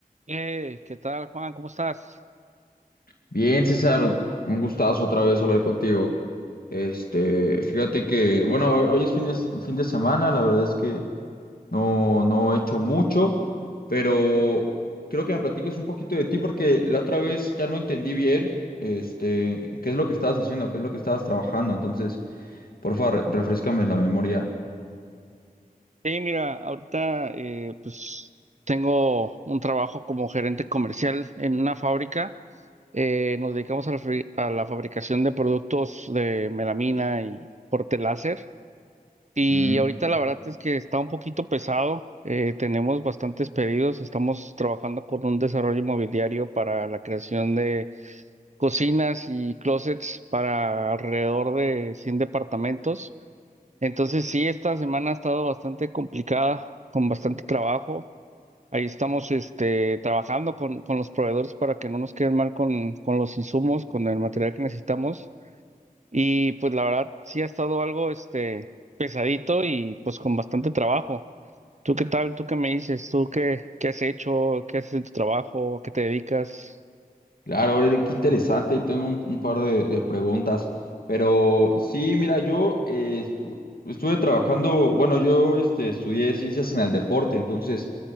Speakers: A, on the right (about 50°); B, on the left (about 75°).
A: Eh, ¿qué tal, Juan? ¿Cómo estás?
B: Bien, César, un gustazo otra vez hablar contigo. Este, fíjate que, bueno, hoy es fin de, fin de semana, la verdad es que no, no he hecho mucho, pero creo que me platiques un poquito de ti porque la otra vez ya no entendí bien, este, qué es lo que estabas haciendo, qué es lo que estabas trabajando. Entonces, por favor, refréscame la memoria.
A: Hey, mira, ahorita eh, pues tengo un trabajo como gerente comercial en una fábrica. Eh, nos dedicamos a la, fabri- a la fabricación de productos de melamina y corte láser. Y
B: Mm.
A: ahorita la verdad es que está un poquito pesado. Eh, tenemos bastantes pedidos. Estamos trabajando con un desarrollo inmobiliario para la creación de cocinas y closets para alrededor de 100 departamentos. Entonces sí, esta semana ha estado bastante complicada, con bastante trabajo. Ahí estamos este, trabajando con, con los proveedores para que no nos queden mal con, con los insumos, con el material que necesitamos. Y pues la verdad sí ha estado algo este, pesadito y pues con bastante trabajo. ¿Tú qué tal? ¿Tú qué me dices? ¿Tú qué, qué has hecho? ¿Qué haces en tu trabajo? ¿A qué te dedicas?
B: Claro, Aureli, qué interesante. Y tengo un, un par de, de preguntas. Pero sí, mira, yo eh, estu- estuve trabajando, bueno, yo este, estudié ciencias en el deporte, entonces